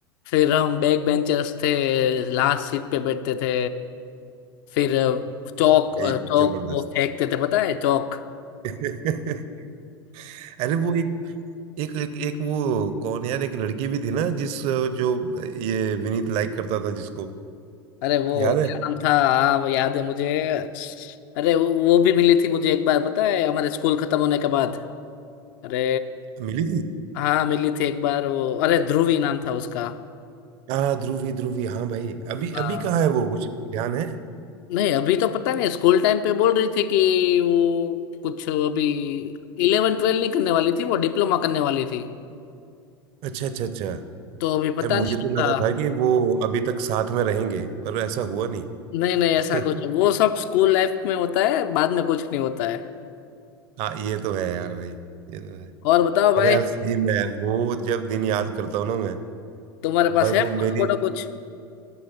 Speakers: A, on the left; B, on the right.
A: फिर हम बैक बेंचर्स थे लास्ट सीट पे बैठते थे फिर चौक
B: भाई
A: चौक
B: जबरदस्त
A: वो फेंकते थे पता है चौक
B: <laughs> अरे वो एक एक एक एक वो कौन यार एक लड़की भी थी ना जिस जो ये विनीत लाइक करता था जिसको
A: अरे वो
B: याद है
A: क्या नाम था हाँ, वो याद है मुझे अरे वो, वो भी मिली थी मुझे एक बार पता है हमारे स्कूल खत्म होने के बाद अरे
B: मिली थी
A: हाँ मिली थी एक बार वो अरे ध्रुवी नाम था उसका
B: हाँ ध्रुवी ध्रुवी हाँ भाई अभी
A: हाँ
B: अभी कहाँ है वो कुछ ध्यान है
A: नहीं अभी तो पता नहीं स्कूल टाइम पे बोल रही थी कि वो कुछ अभी इलेवन ट्वेल्व नहीं करने वाली थी वो डिप्लोमा करने वाली थी
B: अच्छा अच्छा अच्छा यार
A: तो अभी पता
B: मुझे
A: नहीं
B: तो
A: था
B: लगा था कि वो अभी तक साथ में रहेंगे पर ऐसा हुआ नहीं
A: नहीं नहीं ऐसा कुछ
B: <laughs>
A: वो सब स्कूल लाइफ में होता है बाद में कुछ नहीं होता है
B: हाँ ये तो है यार भाई ये तो है
A: और बताओ भाई
B: अरे यार सेम है वो जब दिन याद करता हूँ ना मैं
A: तुम्हारे पास
B: भाई
A: है
B: वो मेरी
A: फोटो वोटो कुछ